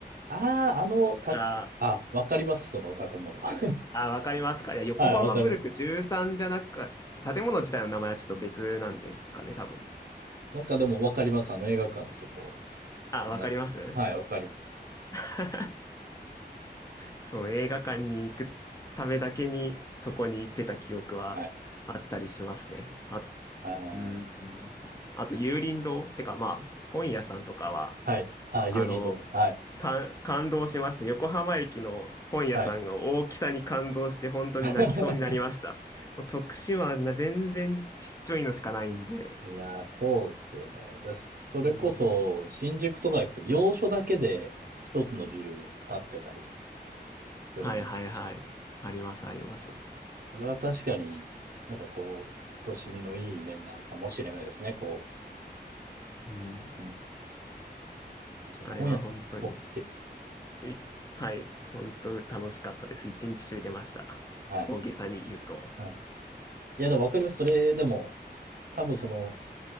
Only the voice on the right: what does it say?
ああ、あの、た、
あ、わかります、その建物。<laughs> は
い、わかる。
なんかでもわかります、あの映画館のとこ、
港。
はい、わかります。
はい。
あー、
はい。あー、
有林堂です。はい、
はい。
<laughs>
いやー、そうっすよね。で、それこそ、
新宿とか行くと、要所だけで一つのビル建ってたりするんで、
それは確かに、なんかこう、都心のいい面なのかもしれないですね、こ
う。うん。確かに本屋さん、
大きいですね。
はい。
はい。いや、でもわかります。それでも、多分その、